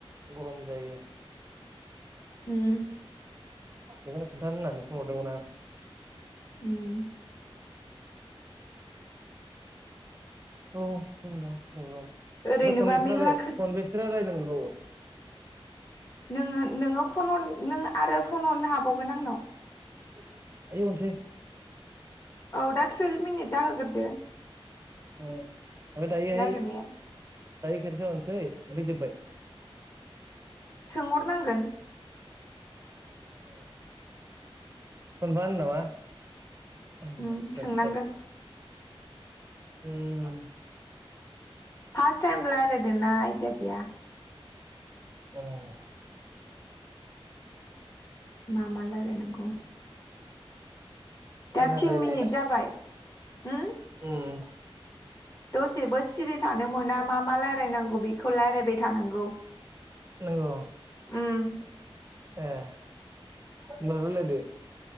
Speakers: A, on the right (about 30°); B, on the left (about 35°).
A: गरम जायो।
B: ओम
A: बेखौनो खोन्थानो होननानै फन हरदोंमोन आं।
B: उम
A: औ ओमफ्राय
B: ओरैनोबा
A: खनबोसे
B: मेरला खो
A: खनबेसे रायनो मोनबावो?
B: नोंङो नोंङो फन हरों आरो फन हरनो हाबावगोन आंनाव।
A: दायो हरसै।
B: औ दा टुवेल्भ मिनिट जाहोगोरदो।
A: ओमफ्राय दायोहाय
B: रायलायनाया
A: दायो खनसेहरसै ओफाय जोबबाय?
B: सोंहरनांगोन।
A: ए खनबा होनदों नामा? <unintelligible>
B: उम सोंनांगोन
A: ओम
B: फास टाइम रायलायदोंना आइदिया गैया।
A: ओम
B: मा मा रायलायनोंगौ। दा
A: रायलायनाया
B: थिन मिनिट जाबाय होम?
A: उम
B: दसेबो सिरि थानो मोना मा मा रायज्लायनांगौ बेखौ रायज्लायबाय थानांगौ
A: नंगौ
B: उम
A: ए होमबालाय रायज्लायदो